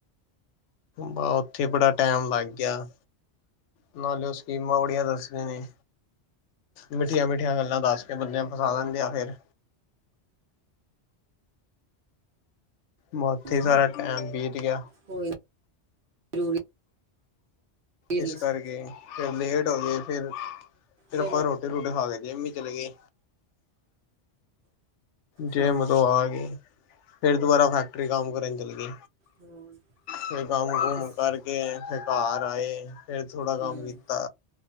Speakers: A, on the left; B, on the right.
A: ਵ ਉੱਥੇ ਬੜਾ ਟੈਮ ਲੱਗ ਗਿਆ। ਨਾਲੇ ਓ ਸਕੀਮਾਂ ਬੜੀਆਂ ਦੱਸ ਦੇ ਨੇ। ਮਿੱਠੀਆਂ-ਮਿੱਠੀਆਂ ਗੱਲਾਂ ਦੱਸ ਕੇ ਬੰਦਿਆਂ ਨੂੰ ਫਸਾ ਦਿੰਦੇ ਆ ਫੇਰ। ਬ ਉਥੇ
B: ਚਲੋ
A: ਸਾਰਾ ਟਾਈਮ ਬੀਤ ਗਿਆ।
B: ਕੋਈ- ਜ਼ਰੂਰੀ
A: ਇਸ
B: ਨੀ ਸੀ।
A: ਕਰਕੇ ਫੇਰ ਲੇਟ ਹੋ ਗਏ ਫੇਰ-ਫੇਰ
B: ਚਲੋ
A: ਆਪਾਂ ਰੋਟੀ- ਰੂਟੀ ਖਾ ਕੇ ਜਿਮ ਚਲੇ ਗਏ। ਜਿਮ
B: ਹਾਂ
A: ਤੋਂ ਆ ਕੇ ਫੇਰ ਦੁਬਾਰਾ ਫੈਕਟਰੀ ਕੰਮ ਕਰਨ ਚੱਲ ਗਏ।
B: ਹੋਰ
A: ਫੇਰ ਕਮ-ਕੁਮ
B: ਇੱਕ ਤੇ ਸ-
A: ਕਰਕੇ ਫੇਰ ਘਰ ਆਏ। ਫੇਰ ਥੋੜਾ ਕੰਮ
B: ਹੂੰ
A: ਕੀਤਾ